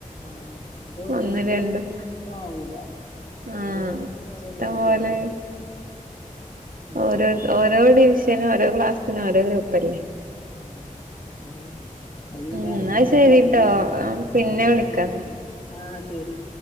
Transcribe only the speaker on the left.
ആഹ് അത് ഒരു
ഗ്രൂപ്പും
രണ്ട് ഗ്രൂപ്പൊന്നും ആവൂല
ഓരോന്നിനും ഓരോ ഗ്രൂപ്പുകളായിട്ട്
ഉം
ഉം തേ അത് പിന്നെ
അറബിക്കിന്
വേറൊരു ഗ്രൂപ്പ്ണ്ടാവും
ആ
ആയിക്കോട്ടെന്ന ആഹ് ശെരി